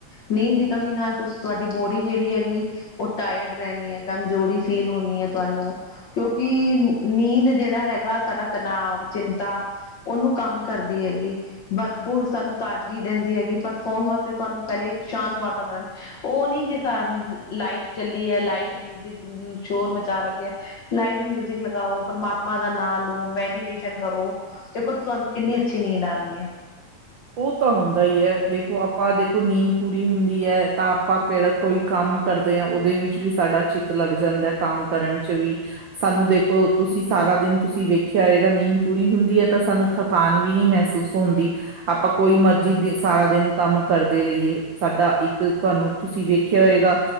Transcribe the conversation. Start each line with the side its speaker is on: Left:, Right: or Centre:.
Left: ਨੀਂਦ ਦੀ ਕਮੀ ਨਾਲ ਤੁਸੀਂ ਤੁਹਾਡੀ ਬੋਡੀ ਜਿਹੜੀ ਹੈਗੀ ਉਹ ਟਾਇਡ ਰਹਿਣੀ ਹੈ ਕਮਜ਼ੋਰੀ ਫੀਲ ਹੋਣੀ ਹੈ ਤੁਹਾਨੂੰ ਕਿਉਂਕਿ ਨੀਂਦ ਜਿਹੜਾ ਹੈਗਾ ਸਾਡਾ ਤਨਾਵ ਚਿੰਤਾ ਉਹਨੂੰ ਕੰਮ ਕਰਦੀ ਹੈਗੀ ਭਰਪੂਰ ਸਾਨੂੰ ਤਾਜ਼ਗੀ ਦਿੰਦੀ ਹੈਗੀ ਪਰ ਫੋਨ ਵਾਸਤੇ ਤੁਹਾਨੂੰ ਪਹਿਲੇ ਇੱਕ ਸ਼ਾਂਤ ਵਾਤਾਵਰਨ ਉਹ ਨਹੀਂੀ ਕਿ ਲਾਈਟ ਚੱਲ ਲਾਈਟ ਮਿਊਜਿਕ ਸ਼ੋਰ ਮਚਾ ਰੱਖਿਆ ਲਾਈਟ ਮਿਊਜਿਕ ਲਗਾਓ ਪ੍ਰਮਾਤਮਾ ਦਾ ਨਾਂ ਲੋ ਮੈਡੀਟੇਸ਼ਨ ਕਰੋ ਤੇ ਕੁ ਤੁਹਾਨੂੰ ਕਿੰਨੀ ਅੱਛੀ ਨੀਂਦ ਆਣੀ ਐ।
Right: ਉਹ ਤਾਂ ਹੁੰਦਾ ਈ ਐ, ਦੇਖੋ ਆਪਾਂ ਦੇਖੋ ਨੀਂਦ ਪੂਰੀ ਹੁੰਦੀ ਐ ਤਾਂ ਆਪਾਂ ਕੇੜਾ ਕੋਈ ਕੰਮ ਕੰਮ ਕਰਦੇ ਆਂ ਉਹਦੇ ਵਿੱਚ ਵੀ ਸਾਡਾ ਚਿੱਤ ਲੱਗ ਜਾਂਦਾ ਐ ਕੰਮ ਕਰਨ ਚ ਵੀ ਸਾਨੂੰ ਦੇਖੋ ਤੁਸੀਂ ਸਾਰਾ ਦਿਨ ਤੁਸੀਂ ਵੇਖਿਆ ਹੋਏਗਾ ਨੀਂਦ ਪੂਰੀ ਹੁੰਦੀ ਐ ਤਾਂ ਸਾਨੂੰ ਥਕਾਨ ਵੀ ਨੀਂ ਮਹਿਸੂ ਮਸੂਸ ਹੁੰਦੀ ਆਪਾਂ ਕੋਈ ਮਰਜੀ ਸਾਰਾ ਦਿਨ ਕੰਮ ਕਰਦੇ ਰਹੀਏ ਸਾਡਾ ਇੱਕ ਤੁਹਾਨੂੰ ਤੁਸੀਂ ਵੇਖਿਆ ਹੋਏਗਾ